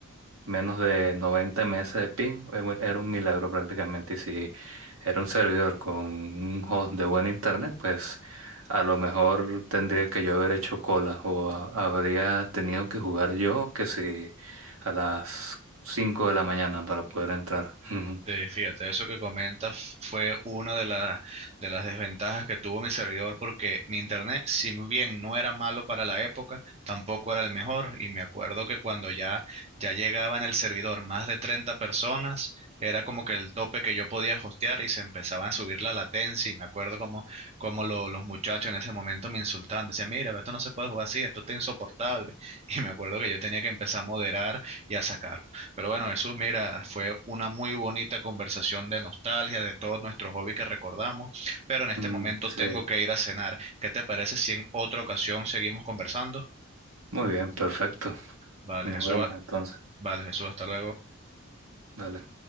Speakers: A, on the right; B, on the right.
A: Menos de 90 ms de ping era un era un milagro prácticamente. Y si era un servidor con un host de buen internet, pues a lo mejor tendría que yo haber hecho cola o a- habría tenido que jugar yo, que si a las 5 de la mañana para poder entrar. <laughs>
B: Sí, fíjate, eso que comentas fue una de, la- de las desventajas que tuvo mi servidor porque mi internet, si bien no era malo para la época, tampoco era el mejor. Y me acuerdo que cuando ya, ya llegaba en el servidor más de 30 personas, era como que el tope que yo podía hostear y se empezaba a subir la latencia. Y me acuerdo como, como lo- los muchachos en ese momento me insultaban, decían, mira, esto no se puede jugar así, esto está insoportable. <laughs> Y me acuerdo que yo tenía que empezar a moderar y a sacar. Pero bueno, Jesús, mira, fue una muy bonita conversación de nostalgia, de todos nuestros hobbies que recordamos, pero en este
A: Mm,
B: momento
A: sí.
B: tengo que ir a cenar. ¿Qué te parece si en otra ocasión seguimos conversando?
A: Muy bien, perfecto.
B: Vale,
A: Nos
B: Jesús,
A: vemos
B: a-
A: entonces.
B: vale, Jesús, hasta luego.
A: Dale.